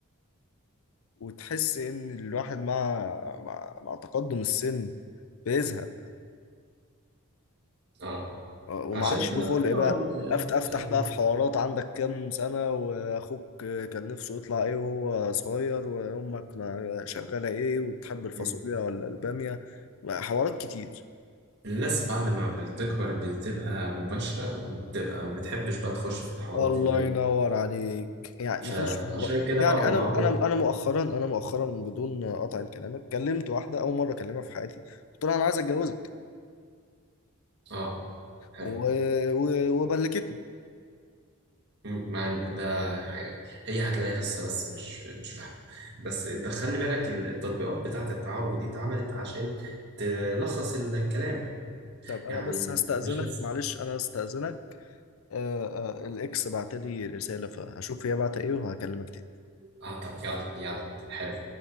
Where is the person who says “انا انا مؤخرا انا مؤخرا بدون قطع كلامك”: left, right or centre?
Left